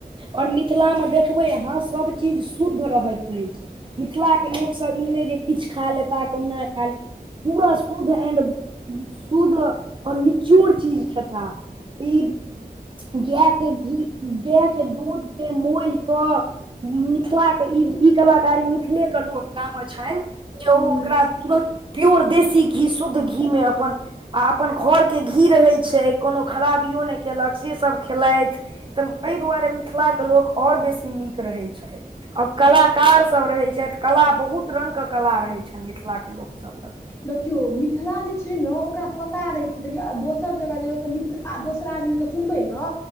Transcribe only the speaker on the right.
आओर मिथिलामे देखबै अहाँ सभचीज शुद्ध रहैत अछि मिथिलाके लोकसभ ई नहि जे किछु खा लेताह कहुना खा लेता पूरा शुद्ध एंड शुद्ध आ निचोड़ चीज खेता ई गाए के घी गए के दूध के मोह कऽ मिथिलाके ई ई कलाकारी मिथिलेके लोक टा छथि जे ओ
ओकरा तुरन्त पीऔर देशी घी शुद्ध घीमे अपन आ अपन घरके घी रहैत छै कोनो खराबियो नहि केलक से सभ खेलथि तऽ एहि दुआरे मिथिला के लोक आओर बेसी नीक रहै छै आ कलाकार सभ रहै छथि कला बहुत रंगग के कला रहै छनि मिथिला के लोकसभ मे